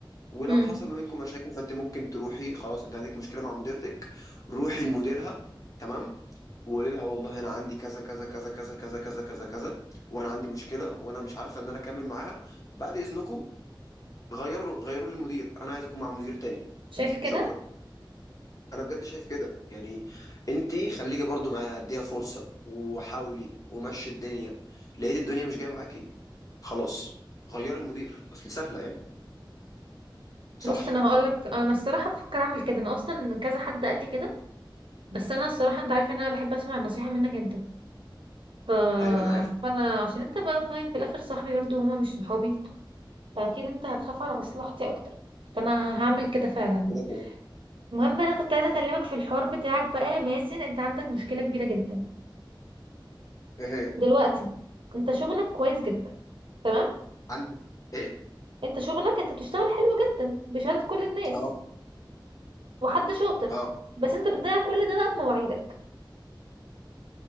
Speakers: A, on the left (about 40°); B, on the right (about 80°).
A: ولو
B: امم
A: حصل ما بينكم مشاكل فانت ممكن تروحي خلاص انت عندك مشكلة مع مديرتك روحي لمديرها تمام وقولي لها والله انا عندي كذا كذا كذا كذا كذا كذا كذا كذا وانا عندي مشكله وانا مش عارفه ان انا اكمل معاها بعد اذنكم غيروا غيروا لي المدير انا عايز اكون مع مدير تاني
B: شايف كده
A: شكرا انا بجد شايف كده يعني انت خليكي برضو معايا هديها فرصه وحاولي ومشي الدنيا لقيت الدنيا مش جايه معاكي خلاص غيري المدير اصل سهله يعني صح
B: بص انا هقول لك انا الصراحه بفكر اعمل كده انا اصلا كذا حد قال لي كده بس انا الصراحه انت عارف ان انا بحب اسمع النصيحه منك انت ف...
A: ايوه انا عارف
B: فانا عشان انت بقى فاهم في الاخر صاحبي برضو هما مش صحابي فاكيد انت هتخاف على مصلحتي اكتر فانا هعمل كده فعلا
A: كده كده
B: المهم انا كنت عايزه اكلمك في الحوار بتاعك بقى يا مازن انت عندك مشكله كبيره جدا
A: ايه هي
B: دلوقتي انت شغلك كويس جدا تمام
A: عندي ايه
B: انت شغلك انت بتشتغل حلو جدا بشهاده كل الناس
A: اه
B: وحد شاطر
A: اه
B: بس انت بتضيع كل ده بقى بمواعيدك